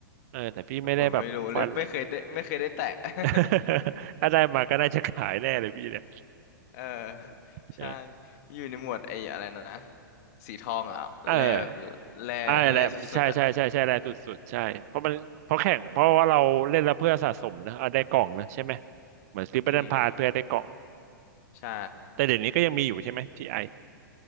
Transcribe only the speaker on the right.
เออแต่พี่ไม่ได้แบบฟัน
<laughs>
ถ้าได้มาก็น่าจะขายแน่เลยพี่เนี่
ย
เออ
ใช่แหละใช่ใช่ใช่ใช่แหละสุดๆใช่เพราะมันเพราะแข่งเพราะว่าเราเล่นแล้วเพื่อสะสมนะเอาได้กล่องนะใช่ไหมเหมือนซื้อบัตรพาสเพื่อได้กล่อง
แต่เดี๋ยวนี้ก็ยังมีอยู่ใช่ไหมทีไอ